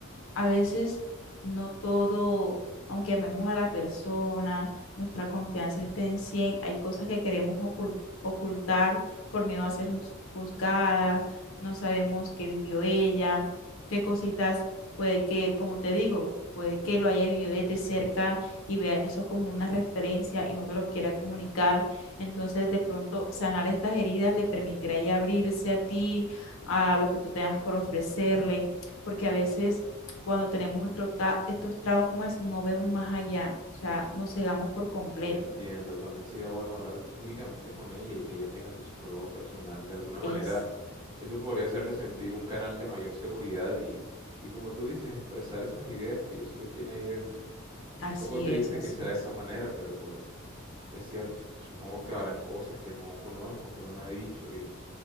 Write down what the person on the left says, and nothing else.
a veces no todo, aunque amemos a la persona, nuestra confianza esté en cien hay cosas que queremos ocul- ocultar por miedo a ser juz- juzgada, no sabemos qué vivió ella, qué cositas puede que, como te digo, puede que lo haya vivido desde cerca y vea eso como una referencia y no te lo quiera comunicar. Entonces, de pronto, sanar estas heridas le permitirá ya abrirse a ti, a lo que tú tengas por ofrecerle, porque a veces cuando tenemos nuestro ta- estos traumas no vemos más allá, o sea, nos cegamos por completo.
Es,
así
es, así
es,